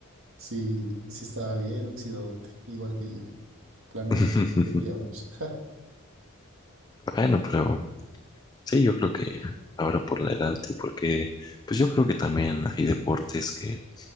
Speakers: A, on the right; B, on the left.
A: Sí, sí estaba bien oxidadote, igual que yo. De Plano
B: <laughs>
A: ni nos metíamos. <laughs>
B: Bueno, pero sí, yo creo que ahora por la edad y porque, pues yo creo que también hay deportes que